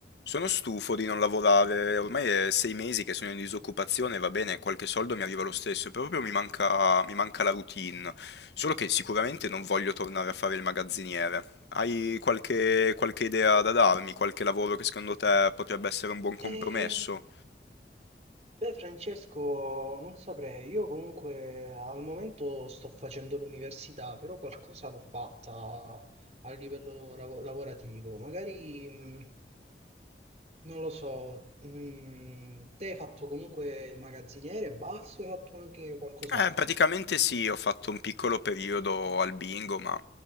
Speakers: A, on the left; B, on the right.
A: Sono stufo di non lavorare, ormai è sei mesi che sono in disoccupazione, va bene, qualche soldo mi arriva lo stesso, proprio mi manca, mi manca la routine, solo che sicuramente non voglio tornare a fare il magazziniere. Hai qualche, qualche idea da darmi, qualche lavoro che secondo te potrebbe essere un buon compromesso?
B: Eh, beh, Francesco, non saprei. Io comunque al momento sto facendo l'università, però qualcosa l'ho fatta a livello lav- lavorativo. Magari, mh, non lo so, mh, te hai fatto comunque il magazziniere e basta, o hai fatto anche qualcos'altro.
A: Eh, praticamente sì, ho fatto un piccolo periodo al bingo, ma